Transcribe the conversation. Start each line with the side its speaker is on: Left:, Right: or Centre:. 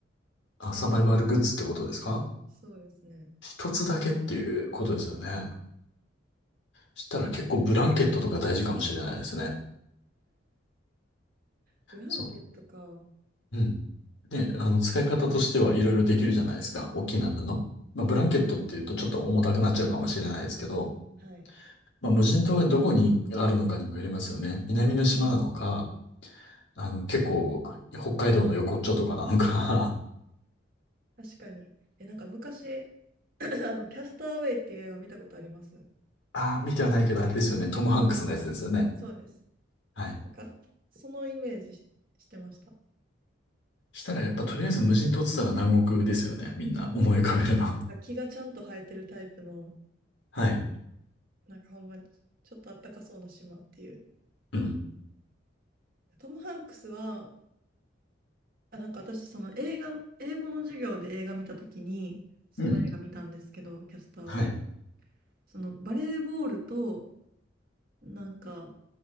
Left: あ、
Right: や、
Left: サバイバルグッズってことですか
Right: そうですね。
Left: 一つだけっていうことですよね。したら結構ブランケットとか大事かもしれないですね。
Right: ブランケットか。
Left: そう。うん。で、あの、使い方としてはいろいろできるじゃないですか。大きな布。まあ、ブランケットっていうとちょっと重たくなっちゃうかもしれないですけど、
Right: はい。
Left: まあ、無人島がどこにあるのかにもよりますよね。南の島なのか、あの、結構、北海道の横っちょとかなのか。
Right: 確かに。え、なんか昔、<clears throat> あの、キャスターウェイっていう映画見たことあります
Left: <laughs> ああ、見てはないけど、あれですよね。トム・ハンクスのやつですよね。
Right: そうです。
Left: はい。
Right: なんか、そのイメージし、してました。
Left: したらやっぱとりあえず無人島って言ったら南国ですよね。みんな思い浮かべるの。<laughs>
Right: なんか木がちゃんと生えてるタイプの、
Left: はい。
Right: なんかほんまにちょっとあったかそうな島っていう。
Left: うん。
Right: トム・ハンクスは、あ、なんか私、その映画、英語の授業で映画見たときに、その映画見たんですけど、
Left: うん
Right: キャスターウェイ。
Left: はい。
Right: そのバレーボールと、なんか、